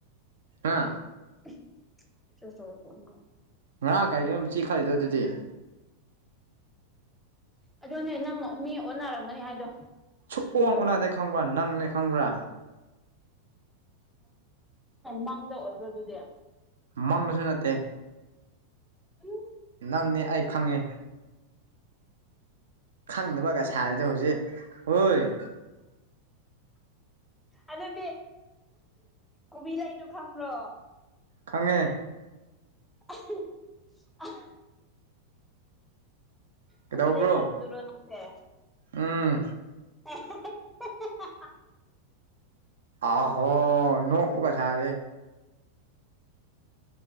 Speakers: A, on the right; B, in the centre.
A: ꯍꯥ
B: <unintelligible>
A: ꯉꯔꯥꯡ ꯀꯥꯏꯗꯣ ꯃꯤꯠꯆꯤ ꯈꯠꯂꯤꯗꯣ ꯑꯗꯨꯗꯤ
B: ꯑꯗꯨꯅꯦ ꯅꯪ ꯃꯤ ꯑꯣꯟꯅꯔꯝꯒꯅꯤ ꯍꯥꯏꯗꯣ
A: ꯁꯨꯡ ꯑꯣꯟꯅꯥꯗꯦ ꯈꯪꯕ꯭ꯔꯥ ꯅꯪ ꯅꯩꯅꯤ ꯈꯪꯕ꯭ꯔꯥ
B: ꯃꯪꯗ ꯑꯣꯏꯕ꯭ꯔꯣ ꯑꯗꯨꯗꯤ
A: ꯃꯪꯗꯥꯁꯨ ꯅꯠꯇꯦ
B: ꯎꯝ
A: ꯅꯪꯅꯦ ꯑꯩꯥ ꯈꯪꯉꯦ ꯈꯪꯗꯕꯒꯥ ꯁꯥꯔꯤꯗꯣ ꯍꯧꯖꯤꯛ ꯍꯣꯏ
B: ꯑꯗꯨꯗꯤ ꯀꯣꯕꯤ ꯂꯩꯗꯣ ꯈꯪꯕ꯭ꯔꯣ
A: ꯈꯪꯉꯦ
B: <unintelligible>
A: ꯀꯩꯗꯧꯕ꯭ꯔꯣ
B: ꯀꯣꯕꯤ ꯂꯩ ꯆꯥꯕꯗꯨꯔꯣ ꯑꯗꯨꯗꯤ
A: ꯎꯝ
B: <unintelligible>
A: ꯑꯍꯣ ꯅꯣꯛꯄꯒꯥ ꯁꯥꯔꯤ